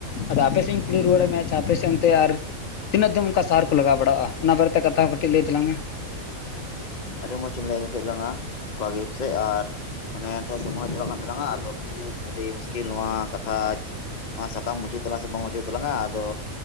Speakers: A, on the left; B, on the left.
A: ᱟᱫᱚ ᱟᱯᱮ ᱥᱮᱫ ᱤᱧ ᱠᱩᱞᱤ ᱨᱩᱣᱟᱹᱲᱮᱫ ᱢᱮ-ᱟ ᱟᱯᱮ ᱥᱮᱫ ᱚᱱᱛᱮ ᱟᱨ ᱛᱤᱱᱟᱹᱜ ᱫᱚᱢ ᱚᱱᱠᱟ ᱥᱟᱨ ᱠᱚ ᱞᱟᱜᱟᱣ ᱵᱟᱲᱟᱜᱼᱟ ᱚᱱᱟ ᱵᱟᱨᱮᱛᱮ ᱠᱟᱛᱷᱟ ᱦᱚᱸ ᱠᱟᱹᱴᱤᱡ ᱞᱟᱹᱭ ᱛᱟᱞᱟᱝ ᱢᱮ
B: ᱟᱹᱰᱤ ᱢᱚᱸᱡ ᱮᱢ ᱞᱟᱹᱭ ᱟᱡᱚᱢ ᱠᱮᱫ ᱞᱟᱝ-ᱟ᱾ ᱚᱱᱠᱟᱜ ᱜᱮ ᱥᱮ ᱟᱨ ᱚᱱᱮ ᱛᱚ ᱥᱚᱢᱚᱭ ᱪᱟᱵᱟᱜ ᱠᱟᱱ ᱛᱟᱞᱟᱝᱟ ᱟᱫᱚ ᱠᱟᱹᱴᱤᱡ ᱟᱹᱰᱤ ᱢᱩᱥᱠᱤᱞ ᱱᱚᱣᱟ ᱠᱟᱛᱷᱟᱡ ᱱᱚᱣᱟ ᱥᱟᱠᱟᱢ ᱢᱩᱪᱟᱹᱫ ᱛᱟᱞᱟᱝ ᱥᱮ ᱵᱟᱝ ᱢᱩᱪᱟᱹᱫ ᱛᱟᱞᱟᱝᱟ ᱟᱫᱚ